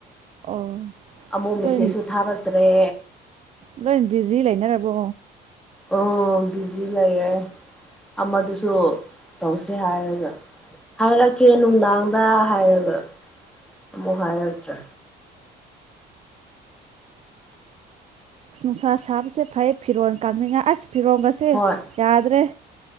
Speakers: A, on the right; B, in the centre.
A: ꯑꯣ
B: ꯑꯃꯨ ꯃꯤꯁꯁꯨ
A: ꯂꯣꯏ
B: ꯊꯥꯔꯛꯇ꯭ꯔꯦ
A: ꯂꯣꯏ ꯕꯤꯖꯤ ꯂꯩꯅꯔꯕꯣ
B: ꯑꯣ ꯕꯤꯖꯤ ꯂꯩꯔꯦ ꯑꯃꯗꯨꯁꯨ ꯇꯧꯁꯦ ꯍꯥꯏꯔꯒ ꯍꯥꯏꯔꯛꯀꯦ ꯅꯨꯡꯗꯥꯡꯗ ꯍꯥꯏꯔꯒ ꯑꯃꯨꯛ ꯍꯥꯏꯔꯛꯇ꯭ꯔꯦ
A: ꯅꯨꯡꯁꯥ ꯁꯥꯕꯁꯦ ꯐꯩ ꯐꯤꯔꯣꯜ ꯀꯪꯅꯤꯡꯉ ꯑꯁ ꯐꯤꯔꯣꯜꯒꯁꯦ
B: ꯍꯣꯏ
A: ꯌꯥꯗ꯭ꯔꯦ